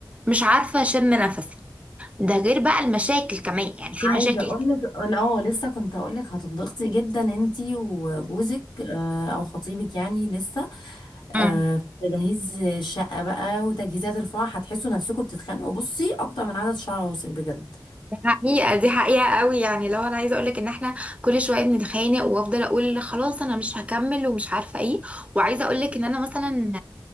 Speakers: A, on the right (about 15°); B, on the left (about 70°).
A: مش عارفة اشم نفسي ده غير بقى المشاكل كمان يعني في مشاكل
B: عايزه اقول لك اه لسه كنت اقول لك هتضغطي جدا انتي وجوزك آه، او خطيبك يعني لسه آه،
A: امم
B: في تجهيز الشقه بقى وتجهيزات الفرح هتحسوا نفسكم بتتخانقوا بصي اكتر من عدد شعر راسك بجد
A: دي حقيقة دي حقيقة قوي يعني لو انا عايزة اقولك ان احنا كل شوية بنتخانق وافضل اقول خلاص انا مش هكمل ومش عارفة ايه وعايزة اقولك ان انا مثلا